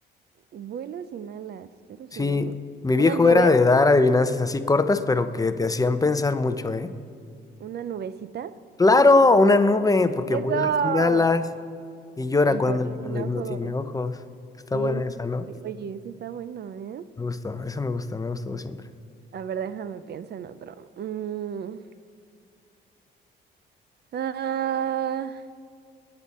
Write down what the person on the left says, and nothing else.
Sí,
mi
viejo
era de dar adivinanzas así cortas, pero que te hacían pensar mucho, ¿eh?
Claro, una nube, porque
vuela sin alas. Y llora
cuando
llueve,
no tiene ojos. Está
buena esa,
¿no?
Me gustó, esa me gusta, me ha gustado siempre.